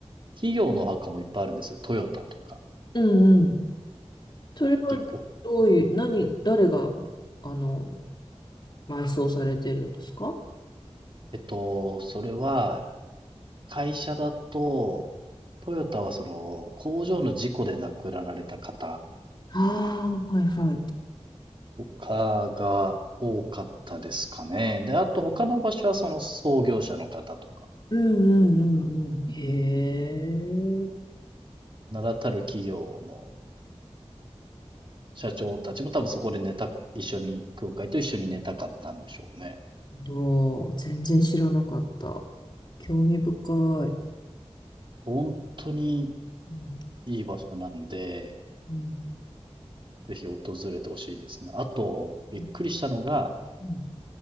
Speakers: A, on the right; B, on the left.
A: 企業のお墓もいっぱいあるんですよ。トヨタとか。
B: うんうん。それはどういう、
A: おっきく。
B: 何、誰が、あの、埋葬されてるんですか
A: えっと、それは、会社だと、トヨタはその工場の事故で亡くなられた方
B: ああ、はいはい。
A: かが多かったですかね。で、あと他の場所はその創業者の方とか、
B: うんうんうんうん。へえ、
A: 名だたる企業の社長たちも多分そこで寝た、一緒に、空海と一緒に寝たかったんでしょうね。
B: どう、全然知らなかった。興味深い。
A: 本当に
B: うん
A: いい場所なんで、
B: うん
A: ぜひ訪れてほしいですね。あと、びっくりしたのが、
B: うんうん